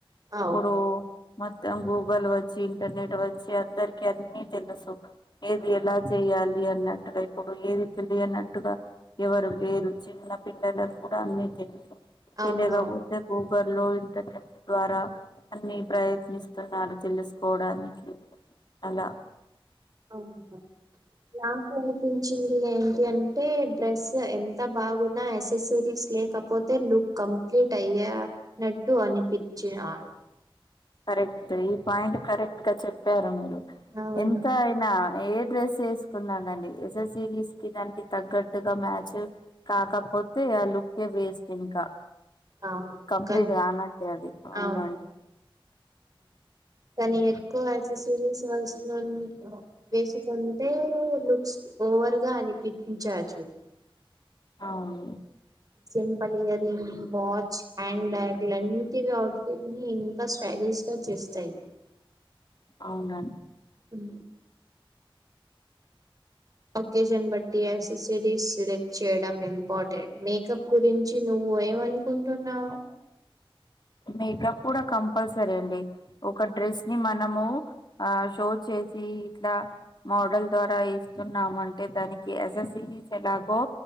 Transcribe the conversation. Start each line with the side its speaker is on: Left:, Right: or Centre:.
Left: ఇప్పుడు
Right: అవును
Left: మొత్తం గూగుల్ వచ్చి ఇంటర్నెట్ వచ్చి అందరికి అన్నీ తెలుసు ఏది ఎలా చేయాలి అన్నట్టుగా ఇప్పుడు ఏది తెలియనట్టుగా ఎవరు లేరు చిన్న పిల్లలకు కూడా అన్నీ తెలిసు
Right: అవును
Left: లేకపోతే గూగుల్ లో ఇంటర్నెట్ ద్వారా అన్ని ప్రయత్నిస్తున్నారు తెలుసుకోవడానికి అలా
Right: మ్ నాకు అనిపించింది ఏంటి అంటే డ్రెస్ ఎంత బాగున్నా ఎసెసరీస్ లేక పోతే లుక్ కంప్లీట్ అయ్యానట్టు అనిపించినాడు
Left: కరెక్ట్ ఈ పాయింట్ కరెక్ట్ గా చెప్పారు మీరు
Right: అవును
Left: ఎంత నా ఏ డ్రెస్ వేసుకున్నానండి ఎస్ఎస్ సిరీస్ కి దానికి తగ్గట్టుగా మ్యాచ్ కాకపోతే ఆ లుక్కే వేస్ట్ ఇంకా
Right: అవును
Left: కంప్లీట్
Right: కానీ
Left: గానట్టె అది అవునండి
Right: అవును కానీ ఎక్కువ ఎసెసరీస్ వయసు లో వేసుకుంటే లుక్స్ ఓవర్ గా అనిపించచ్చు
Left: అవును
Right: simple earring watch hand bag ఇలాంటివి అవుట్ ఫిట్ ని స్టైలిష్ గా చేస్తాయి
Left: అవునా
Right: ఉ ఒకేషన్ బట్టి ఎసెసరీస్ సెలెక్ట్ చేయడం ఇంపార్టెంట్ మేకప్ గురించి నువ్వు ఏమని కుంటున్నావు.
Left: మేకప్ కూడా కంపల్సరీ అండి. ఒక డ్రెస్ ని మనము ఆ షో చేసి ఇట్లా మోడల్ ద్వారా ఇస్తున్నామంటే దానికి ఎస్ఎస్సిరీస్ ఎలాగో